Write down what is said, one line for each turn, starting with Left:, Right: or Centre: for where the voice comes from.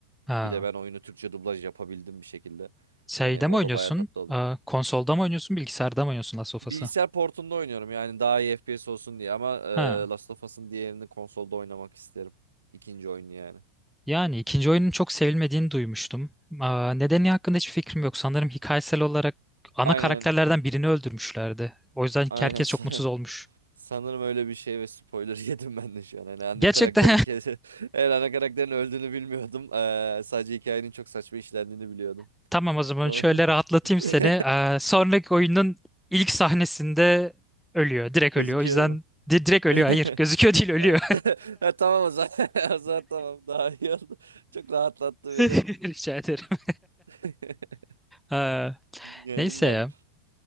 Centre: Ha.
Right: Bir de ben oyunu Türkçe dublaj yapabildim bir şekilde.
Centre: Şeyde
Right: Hani o
Centre: mi oynuyorsun?
Right: da bayağı tatlı oldu.
Centre: Aa, konsolda mı oynuyorsun? Bilgisayarda mı oynuyorsun Last of
Right: Bilgisayar
Centre: Us'ı?
Right: portunda oynuyorum yani daha iyi FPS olsun diye ama e,
Centre: Ha.
Right: Last of Us'ın diğerini konsolda oynamak isterim. İkinci oyunu yani.
Centre: Yani ikinci oyunun çok sevilmediğini duymuştum. Aa, nedeni hakkında hiçbir fikrim yok. Sanırım hikayesel olarak ana
Right: Aynen
Centre: karakterlerden birini öldürmüşlerdi. O yüzden
Right: aynen
Centre: herkes
Right: <laughs> san-
Centre: çok mutsuz olmuş.
Right: sanırım öyle bir şey ve spoiler <laughs> yedim ben de şu an. Hani ana
Centre: Gerçekten
Right: karakter hikayesi <laughs> eğer ana karakterin öldüğünü bilmiyordum. E, sadece hikayenin çok saçma işlendiğini biliyordum.
Centre: <laughs> tamam o zaman
Right: Ama-
Centre: şöyle rahatlatayım
Right: <laughs>
Centre: seni. Ee, sonraki oyunun ilk sahnesinde ölüyor. Direkt
Right: Gözüküyor
Centre: ölüyor. O yüzden
Right: mu?
Centre: di- direkt ölüyor.
Right: <laughs>
Centre: Hayır gözüküyor değil ölüyor.
Right: Ha, <laughs> ha, tamam o zaman. <laughs> O zaman tamam daha iyi oldu. Çok rahatlattı
Centre: <laughs>
Right: beni.
Centre: Rica ederim.
Right: <laughs>
Centre: Ee,
Right: Yani
Centre: neyse
Right: bilmiyorum.
Centre: ya.